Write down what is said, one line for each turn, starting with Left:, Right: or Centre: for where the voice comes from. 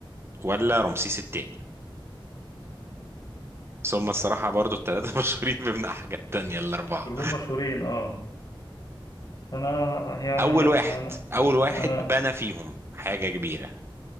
Right: ولا رمسيس التاني ثم الصراحة برضو الثلاثة <laughs> مشهورين ببناء حاجات تانية الأربعة
Left: كلهم مشهورين اه انا يعني
Right: اول
Left: انا
Right: واحد اول واحد
Left: انا
Right: بنى فيهم حاجة كبيرة